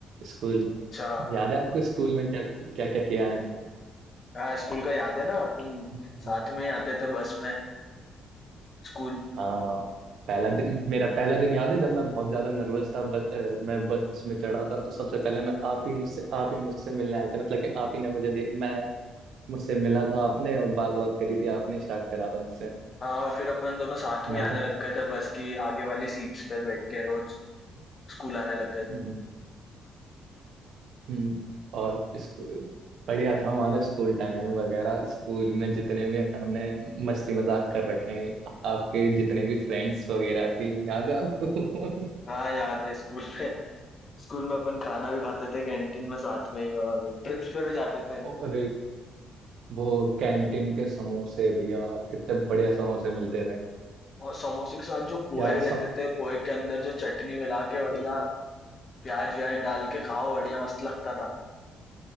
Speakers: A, on the right (about 70°); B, on the left (about 40°).
A: स्कूल
B: अच्छा
A: याद है आपको स्कूल में क्या क्या क्या किया है
B: हाँ स्कूल का याद है ना अपन
A: हमने
B: साथ में ही आते थे बस में स्कूल
A: हाँ पहला दिन मेरा पहला दिन याद है जब मैं बहुत ज्यादा नर्वस था ब, अ, मैं बस में चढ़ा था तो सबसे पहले मैं आप ही मुझसे आप ही मुझसे मिलने आए थे मतलब कि आप ही ने मुझे दे मैं मुझसे मिला था आपने और बात बात करी थी आपने स्टार्ट करा था मुझसे
B: हाँ और फिर अपन दोनों साथ
A: मैं
B: में ही आने
A: तो
B: लग गए थे बस की आगे वाली सीट्स पे बैठ के रोज स्कूल आने लग गए
A: हम्म,
B: थे
A: हम्म, और स्कूल बढ़िया था हमारा स्कूल टाइमिंग वगैरह स्कूल में जितने भी हमने मस्ती मजाक कर रखे हैं आपके जितने भी फ्रेंड्स वगैरह थी याद है आपको <laughs>
B: हाँ याद है स्कूल में स्कूल में अपन खाना भी खाते थे कैंटीन में साथ में ही और ट्रिप्स पे भी जाते थे
A: और वो कैंटीन के समोसे भैया कितने बढ़िया समोसे मिलते थे
B: और समोसे के साथ जो पोहे
A: क्या
B: रहते
A: सम...
B: थे पोहे के अंदर जो चटनी मिला के बढ़िया प्याज व्याज डाल के खाओ बढ़िया मस्त लगता था